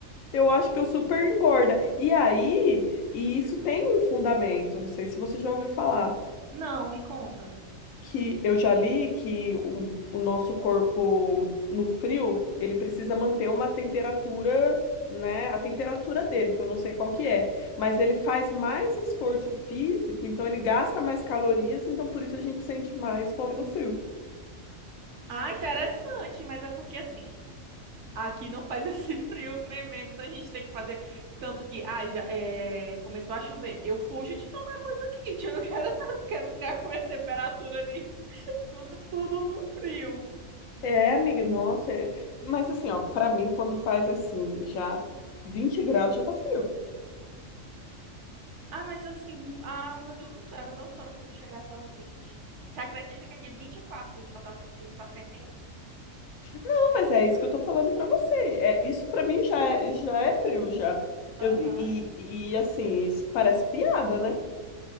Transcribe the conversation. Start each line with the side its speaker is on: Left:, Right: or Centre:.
Left: eu acho que eu super engorda. E aí, e isso tem um fundamento, não sei se você já ouviu falar,
Right: Não, me conta.
Left: que eu já li que o, o nosso corpo no frio, ele precisa manter uma temperatura, né, a temperatura dele, que eu não sei qual que é, mas ele faz mais esforço físico, então ele gasta mais calorias, então por isso a gente sente mais fome no frio.
Right: Ah, interessante, mas é porque assim, aqui não faz esse <laughs> frio tremendo da gente ter que fazer. Tanto que, ah, já é, começou a chover. Eu fujo de tomar coisa quente, eu não quero, <laughs> não quero ficar com a minha temperatura ali, tudo, tudo no frio.
Left: É, amiga, nossa. é- Mas assim, ó, pra mim, quando faz assim, já 20 graus, já tá frio.
Right: Ah, mas assim, ah, meu Deus do céu, era meu sonho que aqui chegasse aos 20. Você acredita que aqui 24 já tá, já tá tremendo?
Left: Não, mas é isso que eu tô falando pra você. É, isso pra mim já é, já é frio, já.
Right: Aham.
Left: Eu, e, e assim, isso parece piada, né?